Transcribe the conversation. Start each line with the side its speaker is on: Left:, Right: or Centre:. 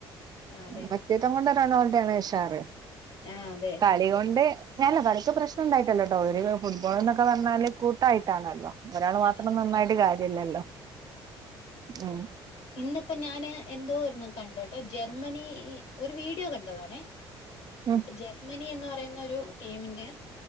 Left: ആ അതെ
Right: വ്യക്തിത്തം കൊണ്ട് റൊണാൾഡോ ആണ് ഉഷാറ്.
Left: ആ അതെ.
Right: കളി കൊണ്ട് അല്ല കളിക്ക് പ്രശ്നണ്ടായിട്ടല്ലോട്ടോ. ഒര് ഫുട്ബോള്ന്നൊക്കെ പർഞ്ഞാല് കൂട്ടായിട്ടാണല്ലോ? ഒരാള് മാത്രം
Left: അതെ അതെ.
Right: നന്നായിട്ട് കാര്യല്ലല്ലോ. ഉം
Left: ഇന്നിപ്പം ഞാന് എന്തോ ഒന്ന് കണ്ടൂട്ടോ ജർമ്മനി ഒരു വീഡിയോ കണ്ടതാണേ.
Right: ഉം
Left: ജർമ്മനി എന്ന് പറയുന്ന ഒരു ടീമിന്റെ